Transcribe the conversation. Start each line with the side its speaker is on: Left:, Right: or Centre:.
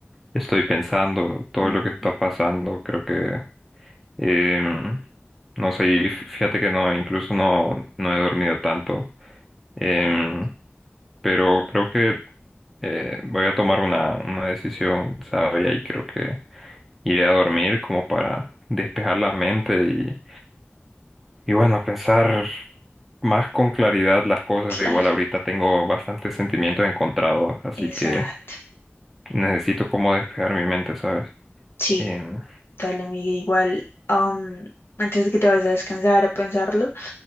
Centre: estoy pensando, todo
Left: Ujú.
Centre: lo que está pasando. Creo que, em, no sé, y f- fíjate que no, incluso no, no he dormido tanto. Em, pero creo que eh, voy a tomar una, una decisión sabia y creo que iré a dormir como para despejar la mente Y bueno, pensar más con claridad las cosas.
Left: Claro,
Centre: Igual ahorita tengo bastantes sentimientos encontrados, así
Left: exacto.
Centre: que necesito como despejar mi mente, ¿sabes?
Left: Sí,
Centre: Em,
Left: dale, Miguel, igual. am, antes de que te vayas a descansar, a pensarlo,